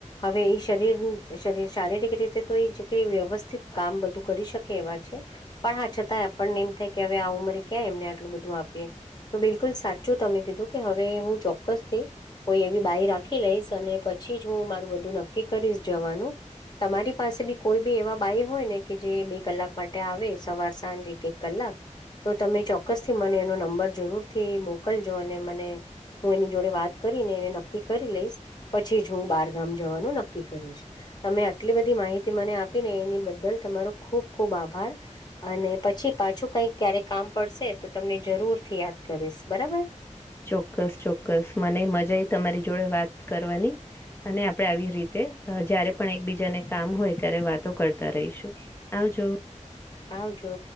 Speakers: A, on the left; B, on the left.
A: હવે એ શરીર શરીર શારીરિક રીતે તો એ જોકે વ્યવસ્થિત કામ બધું કરી શકે એવા છે. પણ હા છતાંય આપણને એમ થાય કે હવે આ ઉમરી ક્યા એમને આટલું બધું આપીએ તો બિલકુલ સાચું તમે કીધું કે હવે હું ચોક્કસ થઈ કોઈ એવી બાઈ રાખી લઈશ અને પછી જ હું મારું બધું નક્કી કરીશ જવાનું તમારી પાસે બી કોઈ બી એવા બાાઈ હોય ને કે જે બે કલાક માટે આવે સવાર સાંજ એક એક કલાક તો તમે ચોક્કસથી મને એનો નંબર જરૂરથી મોકલજો અને મને હું એની જોડે વાત કરીને એને નક્કી કરી લઈશ પછી જ હું બારગામ જવાનું નક્કી કરીશ. તમે આટલી બધી માહિતી મને આપી ને એની બદલ તમારો ખુબ ખુબ આભાર અને પછી પાછું કઈ ક્યારે કામ પડશે. તો તમને જરૂર થી યાદ કરીશ બરાબર
B: ચોક્કસ ચોક્કસ મને મજા આઈ તમારી જોડે વાત કરવાની અને આપણે આવી રીતે જયારે પણ એકબીજાને કામ હોય ત્યારે વાતો કરતા રહીશું. આવજો.
A: આવજો